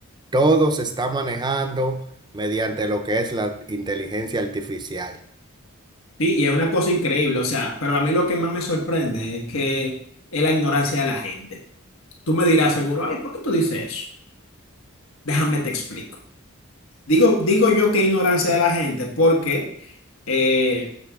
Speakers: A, on the right; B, on the left.
A: todo se está manejando mediante lo que es la inteligencia artificial.
B: Sí, y es una cosa increíble, o sea, pero a mí lo que más me sorprende es que es la ignorancia de la gente. Tú me dirás seguro, ay, ¿por qué tú dices eso? Déjame te explico. Digo, digo yo que ignorancia de la gente porque eh,